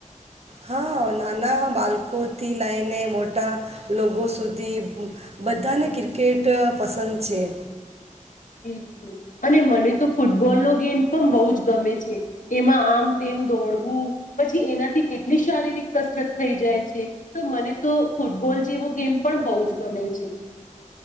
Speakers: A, on the right (about 50°); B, on the left (about 80°).
A: હા નાના બાળકોથી લઈને મોટા લોકો સુધી બધાને ક્રિકેટ પસંદ છે.
B: બિલકુલ અને મને તો ફૂટબોલનો ગેમ પણ બહુ જ ગમે છે એમાં આમ તેમ દોડવું પછી એનાથી કેટલી શારીરિક કસરત થઈ જાય છે તો મને તો ફૂટબોલ જેવો ગેમ પણ બહુ જ ગમે છે.